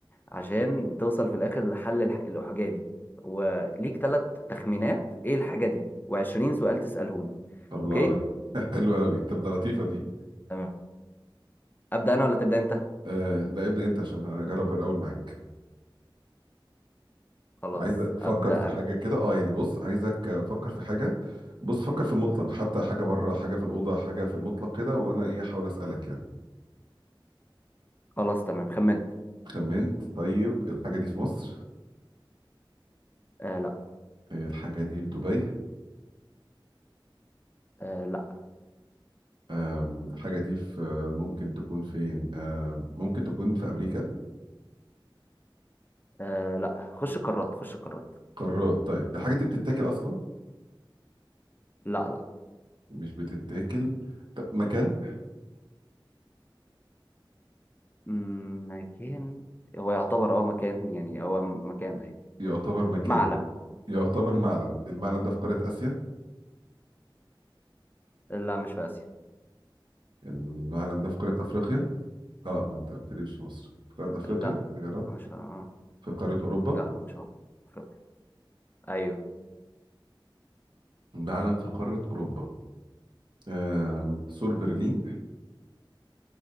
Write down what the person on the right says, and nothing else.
الله
<laughs> حلو قوي طب ده لطيفة دي
آه لا ابدأ انت عشان هجرب الاول معاك
فعايز افكر
في حاجة
كده اه يعني بص عايزك افكر في حاجة بص فكر في المطلق حتى حاجة بره حاجة في الأوضة حاجة في المطلق كده وانا ايه احاول اسألك يعني
خمنت طيب الحاجة دي في مصر
آه، الحاجة دي في دبي
آم، الحاجة دي في ممكن تكون فين آم، ممكن تكون في أمريكا
قارات طيب الحاجات دي بتتاكل اصلا
مش بتتاكل طب مكان
يعتبر مكان
يعتبر معلم المعلم ده في قارة آسيا
المعلم ده في قارة أفريقيا اه ما انت قلت لي مش في مصر في قارة أفريقيا
نجرب
في قارة أوروبا
معلم في قارة أوروبا آم، سور برلين